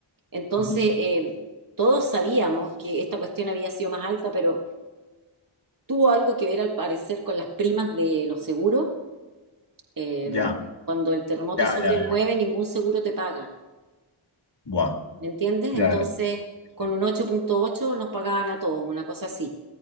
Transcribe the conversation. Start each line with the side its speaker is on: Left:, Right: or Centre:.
Right: Entonces,
Left: Ujú.
Right: eh, todos sabíamos que esta cuestión había sido más alta, pero tuvo algo que ver al parecer con las primas de los seguros. Eh,
Left: Ya,
Right: cuando el terremoto
Left: ya,
Right: es sobre
Left: ya,
Right: 9,
Left: ya.
Right: ningún seguro te paga.
Left: Buah,
Right: ¿Me entiendes?
Left: ya,
Right: Entonces,
Left: ya. Sí,
Right: con
Left: sí.
Right: un ocho punto ocho nos pagaban a todos, una cosa así.